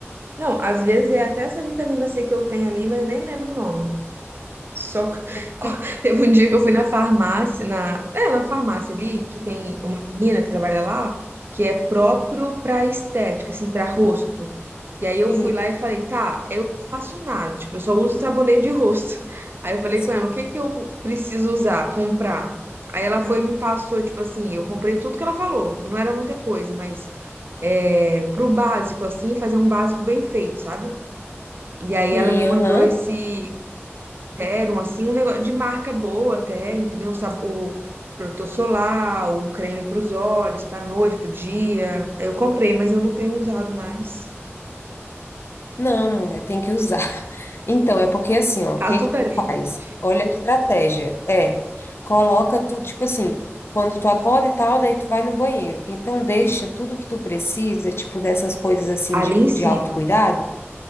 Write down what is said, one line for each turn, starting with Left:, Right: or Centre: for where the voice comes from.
Right: Não, às vezes é até essa vitamina C que eu tenho ali, mas eu nem lembro o nome. Só
Left: Pois
Right: <laughs>
Left: é.
Right: teve um dia que eu fui na farmácia, na, é, na farmácia ali, que tem uma menina que trabalha lá, que é próprio pra estética, assim, pra rosto. E aí eu
Left: Sim.
Right: fui lá e falei, tá, eu não faço nada, tipo, eu só uso sabonete de rosto. <laughs> Aí eu falei
Left: Sim.
Right: com ela, o que que eu preciso usar, comprar? Aí ela foi
Left: Hum,
Right: e me passou, tipo assim, eu comprei tudo que ela falou, não era muita coisa, mas é, pro básico, assim, fazer um básico bem feito, sabe? E aí
Left: Sim,
Right: ela me mandou
Left: aham.
Right: esse, serum, assim, um negócio de marca boa até, entendeu? O, sab- o protetor solar, o creme para os olhos, pra noite, pro dia. Eu comprei, mas eu não tenho usado mais.
Left: Não, mulher, tem que usar. <laughs> Então, é porque assim, ó, o
Right: Tá
Left: que
Right: tudo
Left: que tu
Right: ali, gente.
Left: faz? Olha a estratégia. É, coloca tudo, tipo assim, quando tu acorda e tal, daí tu vai no banheiro. Então, deixa tudo que tu precisa, tipo, dessas coisas assim
Right: Ali
Left: de,
Right: em cima.
Left: de autocuidado